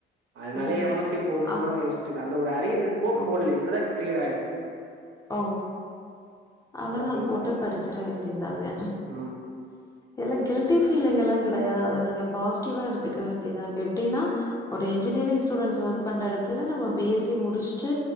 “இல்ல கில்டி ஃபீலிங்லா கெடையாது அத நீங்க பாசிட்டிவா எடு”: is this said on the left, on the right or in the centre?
Left